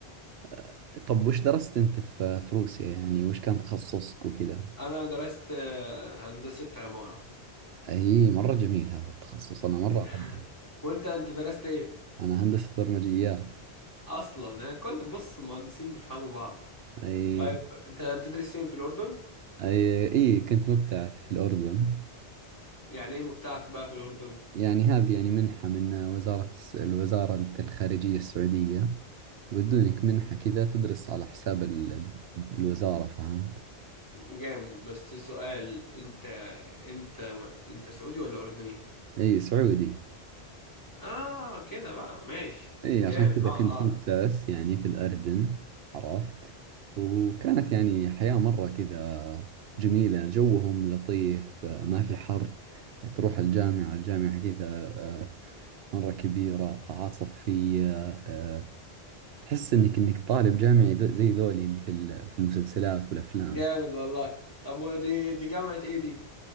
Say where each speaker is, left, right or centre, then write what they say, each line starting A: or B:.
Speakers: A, on the right; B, on the left.
A: آه، طب وش درست انت في في روسيا يعني وش كان تخصصك وكذا
B: انا درست آه، هندسة عمارة
A: اي مرة جميل هذا التخصص انا
B: <laughs>
A: مرة احبه
B: وانت انت درست ايه
A: انا هندسة برمجيات
B: اصلا يعني كل بص المهندسين بيفهموا بعض
A: اي
B: طيب انت بتدرس فين في الاردن
A: اي اي كنت مبتعث في الاردن
B: يعني ايه مبتعث بقى في الاردن
A: يعني هذه يعني منحة من وزارة الس- الوزارة الخارجية السعودية يودونك منحة كذا تدرس على حساب ال- الوزارة فهمت
B: جامد بس سؤال انت انت انت سعودي ولا اردني
A: اي سعودي
B: اه كده بقى ماشي
A: اي
B: جامد
A: عشان كذا
B: اه
A: كنت مبتعث
B: اه
A: يعني في الأردن عرفت وكانت يعني حياة مرة كذا جميلة جوهم لطيف آه، ما في حر تروح الجامعة الجامعة كذا آه، مرة كبيرة قاعات صفية آه، تحس انك انك طالب جامعي ذو- زي ذولي اللي في ال- في المسلسلات والأفلام
B: جامد والله طب ودي دي جامعة ايه دي